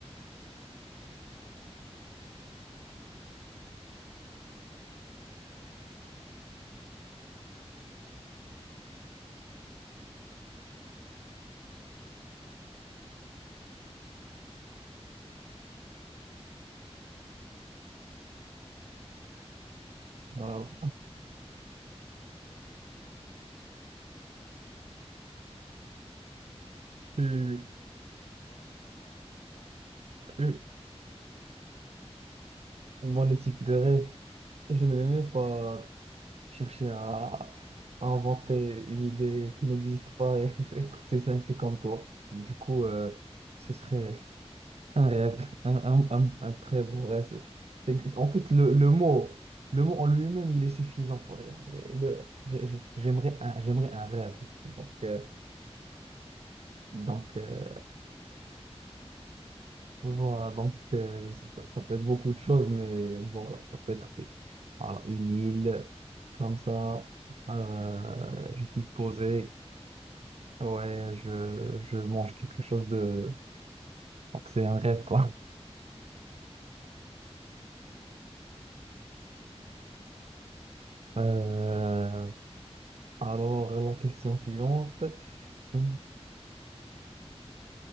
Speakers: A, on the left; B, on the right.
A: du- d'une d'une personne pendant son sommeil et euh, appliquer pour moi, hein, on ne sait jamais, ou bien juste un beau rêve dans un, dans une, dans une période utopique où tout est bon, euh, la vie est belle, tranquille. C'est ça, tu vois, j'aimerais atterrir dans des rêves euh, plutôt comme ça.
B: Voilà.
A: Comme ça, je, euh, même, même, même quand je me téléporte, tu vois, je me téléporte dans quelque chose de bien,
B: Euh,
A: je pense. Et toi, et toi par, par exemple, euh,
B: euh,
A: ce serait quoi le, le type de rêve?
B: Moi, le type de rêve, je ne vais même pas chercher à, à inventer une idée qui n'existe pas. et <laughs> Écoute, c'est ça, c'est comme toi. Du coup, euh, ce serait un rêve, un, un-
A: Ouais,
B: un- un très beau rêve. C'est- en fait, le, le mot, le mot en lui-même, il est suffisant pour dire. Le,
A: ouais, c'est
B: j'ai-
A: vrai,
B: j'ai-
A: un
B: j'aimerais
A: rêve.
B: un, j'aimerais un rêve. Donc, euh,
A: Ouais, ça.
B: donc euh,
A: Ça résume tout, ça résume tout le monde.
B: Voilà, donc euh, je sais, ça, ça peut être beaucoup de choses, mais voilà, ça peut être voilà, une île comme ça. euh, je suis posé,
A: Tant que c'est un beau rêve, c'est bon.
B: ouais, je, je mange quelque chose de. Donc c'est un rêve, quoi.
A: Ouais, tant que c'est un beau rêve, euh, c'est ce qu'on veut.
B: Euh, alors, la question suivante.
A: Oui,
B: Tu